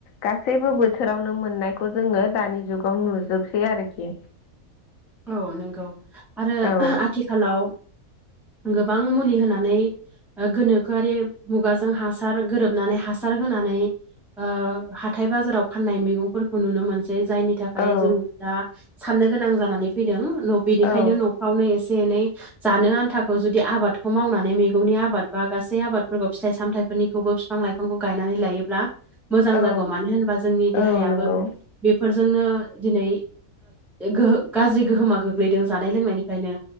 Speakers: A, on the left; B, in the centre.
A: गासैबो बोथ बोथोरावनो मोननायखौ जोंङो दानि जुगाव नुजोबसै आरोखि।
B: औ नंगौ आरो
A: औ
B: आथिखालाव गोबां मुलि होनानै। गोनोखोआरि मुगाजों हासार गोरोबनानै हासार होनानै। ओ-हाथाय बाजाराव फाननाय मैगंफोरखौ नुनो मोनसै। ज जायनि थाखाय
A: औ
B: जों दा साननो गोनां जानानै फैदों न बेनिखायनो
A: औ
B: न वनो एसे एनै जानो आन्थाखौ जुदि आबादखौ मावनानै मैगंनि आबाद बा। गासै आबादफोरखौ फिथाइ सामथायाइनिखौबो बिफां लाइफांखौ गायनानै लायोब्ला। मोजां
A: औ
B: जागौ मानो होनबा जोंनि देहायाबो।
A: औ नंगौ
B: बेफोरजोंनो दिनै गोह गाज्रि गोहोमा गोग्लैदों जानाय लोंनायनिफ्रायनो।